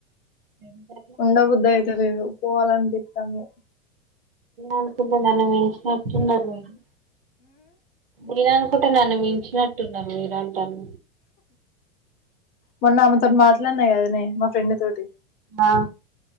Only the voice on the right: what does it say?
నేను
అనుకుంటుందరు నన్ను మించి నట్టునరు మీరు మీనా <unintelligible> ఒక్కటి నన్ను మించినట్టున్నరు మీరు అంటను
ఆ